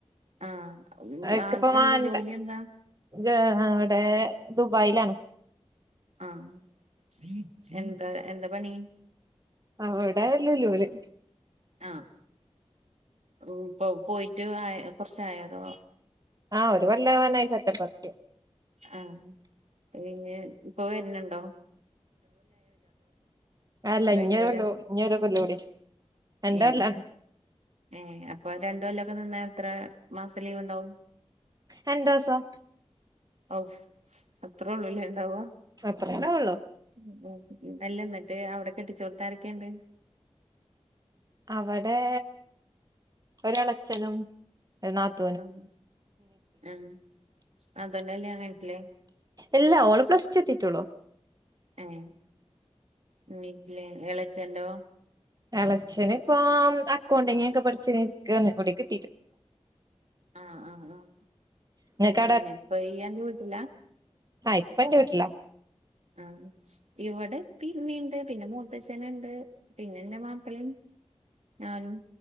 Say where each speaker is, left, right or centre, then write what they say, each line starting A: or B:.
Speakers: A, on the right; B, on the right.
A: ആഹ്
B: അക്ക്‌പ്പ
A: ആൾക്കെന്താ
B: വാണ്ട
A: ജോലി എന്താ
B: ആഹ് അവിടെ ദുബായിലാണ്
A: ആഹ് എന്താ എന്ത പണി
B: അവിടെ ലുലൂല്
A: ആഹ് റൂം പ്പൊ പോയിറ്റ് കൊർച്ചായൊ അതോ
B: ആഹ് ഒരു കൊല്ലവനായി സെപ്റ്റംബലേക്ക്
A: ആഹ് പിന്നെഞ്ഞിപ്പോ വെരുന്നുണ്ടോ
B: അല്ല
A: അത് കഴിഞ്ഞിട്ട്
B: ഇഞ്ഞോരുകൊല്ല
A: വരാ
B: ഇഞ്ഞൊരോല്ലാം കൂടി. ന്റല്ല
A: ഏഹ് ഏഹ് അപ്പൊ രണ്ടൊല്ലൊക്കെ നിന്ന എത്ര മാസം ലീവ്ണ്ടാവും
B: രണ്ട് മാസം
A: ഔ അത്രോള്ളുലേ ണ്ടാവ്വ
B: അത്രണ്ടാവുള്ളൂ
A: ഉം ഉം അല്ല മറ്റേ അവിടെ കെട്ടിച്ചോട്ത്താരക്കെണ്ട്
B: അവടെ ഒരെളച്ഛനും ഒരു നാത്തൂ
A: ആഹ് ആഹ് അതന്നെല്ലേ <unintelligible>
B: എല്ലാ ഓള് പ്ലസ് ടു എത്തിട്ടുള്ളൂ
A: ഏഹ് <unintelligible> എളച്ചന്റോ
B: എളച്ചനിപ്പം അക്കൗണ്ടിങ്ങൊക്കെ പഠിച്ചിങ്ങനെ ഇരിക്കാണ് യവി
A: ആഹ് ആഹ് ആഹ്
B: ഇങ്ങക്ക്
A: അങ്ങനെ ഇപ്പൊ യന്റെ വീട്ടില
B: ആ പ്പന്റെ വീട്ടില
A: ആഹ് ഇവിടെ പ്പിമ്മിണ്ട് പിന്നെ മൂത്തച്ചനുണ്ട് പിന്നെന്റെ മാപ്പിളം ഞാനും